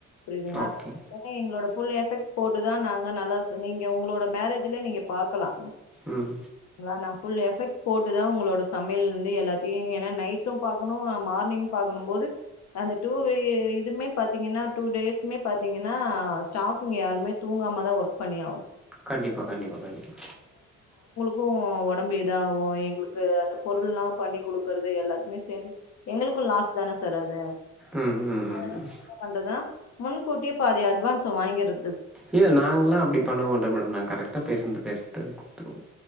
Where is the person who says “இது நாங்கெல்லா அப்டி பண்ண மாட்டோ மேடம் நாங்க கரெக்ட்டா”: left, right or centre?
Centre